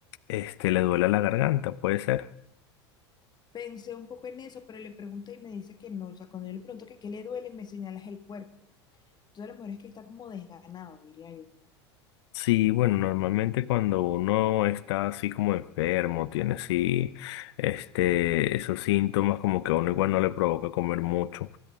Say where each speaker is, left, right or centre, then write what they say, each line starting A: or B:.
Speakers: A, on the left; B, on the left.
A: este, le duele la garganta? ¿Puede ser?
B: Pensé un poco en eso, pero le pregunté y me dice que no. O sea, cuando yo le pregunto que qué le duele, me señalas el cuerpo. Entonces, a lo mejor es que está como desganado, diría yo.
A: Sí, bueno, normalmente cuando uno está así como enfermo, tiene así, este, esos síntomas como que a uno igual no le provoca comer mucho,